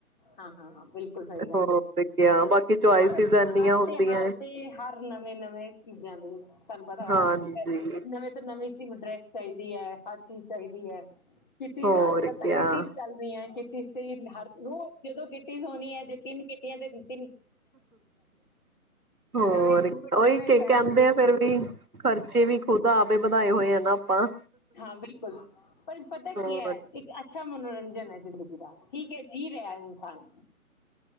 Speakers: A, on the left; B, on the right.
A: ਹਾਂ-ਹਾਂ-ਹਾਂ, ਬਿਲਕੁਲ ਸਹੀ ਗੱਲ
B: ਹੋਰ
A: ਹੈ।
B: ਕਿਆ ਬਾਕੀ ਚੋਇਸਿਸ
A: ਹਰ-ਹਰ
B: ਇੰਨੀਆਂ ਹੁੰਦੀਆਂ
A: ਤਿਉਹਾਰ ਤੇ ਹਰ ਨਵੇਂ-ਨਵੇਂ ਬਰੈਂਡ ਵੀ ਨੇ। ਤੁਹਾਨੂੰ ਪਤਾ
B: ਹਾਂਜੀ
A: <unintelligible> ਨਵੇਂ ਤੋਂ ਨਵੀਂ ਚੀਜ਼, ਡਰੈਸ ਚਾਹੀਦੀ ਏ, ਹਰ ਚੀਜ਼ ਚਾਹੀਦੀ ਏ। ਕਿਟੀਜ਼,
B: ਹੋਰ
A: ਅੱਜ-ਕੱਲ
B: ਕਿਆ
A: ਤਾਂ ਕਿਟੀਜ਼ ਚੱਲ ਰਹੀ ਹੈ। ਕਿਟੀਜ਼ ਤੇ ਰੋ ਜਦੋਂ ਗਿੱਟੀ ਹੋਣੀ ਹੈ, ਗਿੱਟੀ ਨੂੰ ਦੇਖਣਾ <unintelligible>
B: ਔਰ
A: ਨਵੇਂ ਸੂਟ
B: ਉਹੀ
A: ਨਵੇਂ
B: ਕਹਿੰਦੇ
A: ਸੈਂਡਲ
B: ਆ ਫਿਰ ਵੀ ਖਰਚੇ ਵੀ ਖੁਦ ਆਪ ਹੀ ਵਧਾਏ ਹੋਏ ਆ ਨਾ ਆਪਾਂ।
A: ਹਾਂ ਬਿਲਕੁਲ ਪਰ ਪਤਾ ਕੀ
B: ਹੋਰ
A: ਹੈ। ਇੱਕ ਅੱਛ ਅੱਛਾ ਮਨੋਰੰਜਨ ਹੈ ਜ਼ਿੰਦਗੀ ਚ ਠੀਕ ਹੈ। ਜੀ ਰਿਹਾ ਇਨਸਾਨ